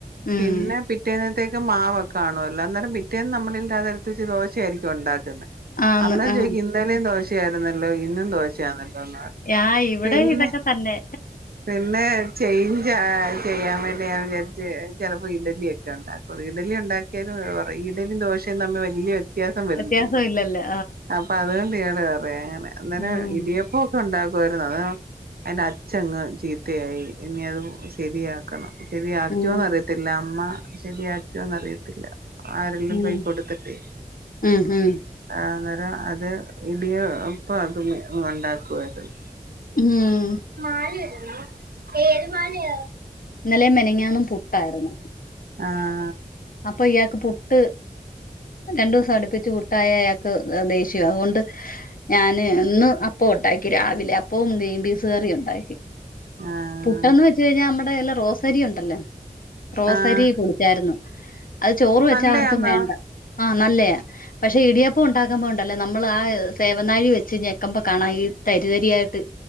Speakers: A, on the left; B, on the right.
A: ഉം
B: പിന്നെ പിറ്റേ ത്തേക്കു മാവൊക്കെ കാണുല്ലോ അന്നേരം പിറ്റേന്നു നമ്മളതെടുത്തു വച്ച് ദോശയായിരിക്കു മുണ്ടാക്കുന്നത്
A: ആന്ന്
B: അന്നേരം
A: ആ
B: ചോദിക്കും ഇന്നലേയും ദോശ ദോശയായിരുന്നല്ലോ ഇന്നും ദോശയാണല്ലോന്നു പറയും
A: ആ ഇവിടെ
B: പിന്നെ
A: ഇതൊക്കെ തന്നെ
B: പിന്നെ ചെയ്ജ ചെയ്യാൻ വേണ്ടി ഞാൻ വിചാരിച്ച് ചെലപ്പോ ഇഡ്ഡലിയൊക്കെയുണ്ടാക്കും ഇഡ്ഡലിയുണ്ടാക്കിയാലും അവർ ഇഡ്ഡലിയും ദോശയും തമ്മിൽ വലിയ വ്യത്യാസം വരുന്നില്ലലൊ
A: വ്യത്യാസം ഇല്ലല്ലോ
B: ആ അപ്പൊ അതുകൊണ്ടാണ് പറയണേ അന്നേരം
A: ഉം
B: ഇടിയപ്പോ ഉണ്ടാക്കുവായിരുന്നു അത്അതിന്റെ അച്ഛങ്ങുചീത്തയായി ഇനിയതുശരിയാ ക്കണം ശരിയാക്കിയോന്നറിയത്തില്ല
A: ഉം
B: അമ്മ ശരിയാക്കിയോന്നറിയത്തില്ല ആരെങ്കിലും
A: ഉം
B: കൈയ്യിൽ കൊടുത്തിട്ടെ
A: ഉം ഉം
B: ആഹ് അന്നേരം അത് ഇടിയപ്പ അത് ഉണ്ടാക്കുവായിരുന്നു
A: ഉം
B: മാലായായിരുന്നോ ഏത് മാലയ
A: ഇന്നലെയും മിനിഞ്ഞാന്നും പുട്ടായിരുന്നു
B: ആഹ്
A: അപ്പൊ ഇയാൾക്കു പുട്ട് രണ്ടു സമടുപ്പിച്ചു പുട്ടായാൽ അയാൾക്കു ദേഷ്യ അതുകൊണ്ട് ഞാനിന്ന് അപ്പമുണ്ടാക്കി രാവിലെ അപ്പവുംഗ്രീൻ ബീൻസ് കറിയുമുണ്ടാക്കി
B: ആഹ്
A: പുട്ടെന്നുവെച്ചു കഴിഞ്ഞാൽ നമ്മടെ എല്ലാം റോസരിയുണ്ടല്ലേ റോസരി
B: ആഹ്
A: പൊടി പൊടിച്ചായിരുന്നു അത് ചോറുവെച്ചാലാർക്കും
B: നല്ലയാന്നോ
A: വേണ്ട ആഹ് നല്ലയ പക്ഷെയിടിയപ്പം ഉണ്ടാക്കുമ്പോളുണ്ടല്ലോ നമ്മളാ സേവനാഴിവെച്ച് ഞെക്കുമ്പോ കാണാ ഈ തരി തരിയായിട്ട്